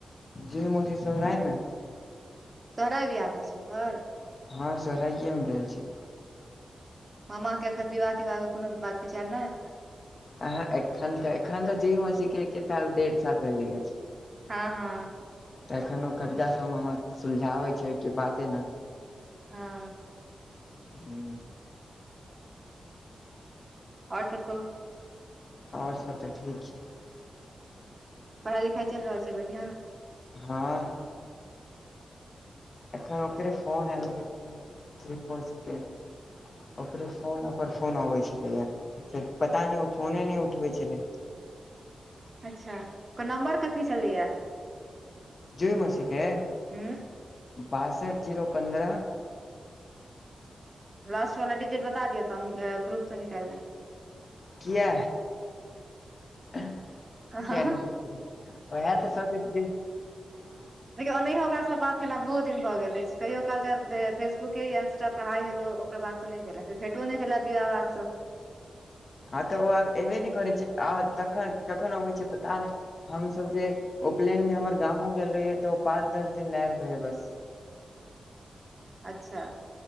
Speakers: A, on the left (about 35°); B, on the right (about 25°).
A: जुई मौसी सब राय मे
B: सोहराब बियाह भेल छै ओकर
A: हँ सोहराइए मे भेल छै
B: मामा के एखन विवाह - तिवाह के कोनो बात विचार नय
A: आहाँ एखन त एखन त जुई मौसीके एक्के साल डेढ़ साल भेलैय या
B: हँ हँ
A: तेखन ओ कर्जा सब मामा सुलझाबै छै ओयके बादे न
B: हँ
A: हू
B: और सब कहु
A: और सब तऽ ठीक यै
B: पढ़ाइ - लिखाइ चैल रहल छै बढ़ियाॅं
A: हँ एखन ओकरे फोन एयल रहै <unintelligible> ओकरे फोनऽ पर फोन अबै छलैया से पता नय ओ फोने नै उठबै छलै
B: अच्छा ओकर नंबर कथी छलैया
A: जुई मौसीकें
B: हूँ
A: बासठ जीरो पन्द्रह
B: लास्ट वाला डिजीट बता दियाऽ तऽ अ ग्रुप स निकायल देब
A: किया किया
B: लेब
A: निकल ओहे तऽ सब दि <unintelligible>
B: देखियो ओनाहियो ओकारासँ बात केला बहुत दिन भऽ गेले अइछ कहियो कालके फेसबुके या इंस्टा पर हाइ हेलो भेटो नै दलैथ <unintelligible>
A: हँ तऽ ओ आब ऐबे नय करै छै आ तखन - तखन होइ छै पता नै हमसभ जे उपलेन मे हम्मर गामो गेल रहियै तऽ उ पाँच दस दिन लय आयल रहेै बस
B: अच्छा